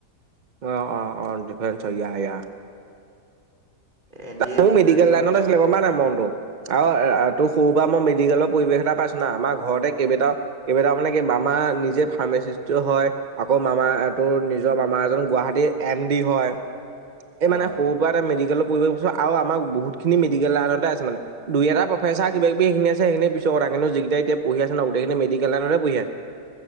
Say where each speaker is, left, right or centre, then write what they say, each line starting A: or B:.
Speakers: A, on the right; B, on the right.
A: অঁ অঁ অঁ ডিফেঞ্চ অ ইয়া ইয়া
B: এন
A: তা
B: ডি এত
A: মোৰ মেডিকেল
B: যদি তই
A: লাইনত
B: গুচি
A: আছিলে গম পা নাই মনটো আৰু আ তোৰ সৰু পৰা মই মেডিকেলৰ পৰিৱেশ এটা পাইছো না আমাৰ ঘৰতে কেইবেটাও কেইবেটাও মানে কি মামা নিজে ফাৰ্মেচিষ্টতো হয় আকৌ মামা তোৰ নিজৰ মামা এজনো গুৱাহাটী এম ডি হয়। এই মানে
B: অ
A: সৰুৰ পৰা এটা মেডিকেলৰ পৰিৱেশ পাইছো আৰু আমাৰ বহুতখিনি মেডিকেল লাইনতে আছে মানে। দুই এটা প্ৰফেচাৰ কিবা কিবি সেখিনি আছে, সেইখিনি পিছৰ কথা। কিন্তু জিকিতা এতিয়া পঢ়ি আছে নহ গোটেইখিনি মেডিকেল লাইনতে পঢি আছে।